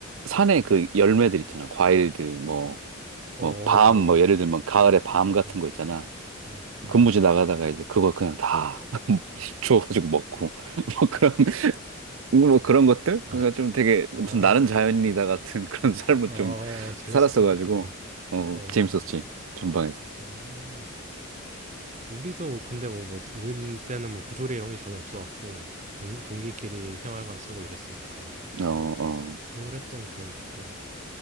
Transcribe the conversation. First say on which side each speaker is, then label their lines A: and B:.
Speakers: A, on the right (about 65°); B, on the right (about 35°).
A: 산에 그 열매들 있잖아. 과일들 뭐
B: 어,
A: 뭐 밤 뭐
B: 어,
A: 예를 들면 가을에 밤 같은
B: 어,
A: 거 있잖아.
B: 음, 어,
A: 근무지 나가다가 이제 그거 그냥 다 <laughs> 주워가지고 먹고 <laughs> 뭐 그런 뭐 그런 것들
B: 아,
A: 그러니까 좀 되게 무슨
B: 어,
A: 나는 자연인이다 같은 <laughs> 그런 삶을
B: 어,
A: 좀
B: 재밌었겠다.
A: 살았어가지고
B: 어,
A: 어
B: 어,
A: 재밌었지 전방에서
B: 어. 우리도 뭐 근데 뭐, 뭐 우리 때는 뭐 부조리 이런 게 전혀 없어갖고 댕- 동기끼리 생활관 쓰고 이랬으니까
A: 음어어아
B: 그랬던 기억이 있고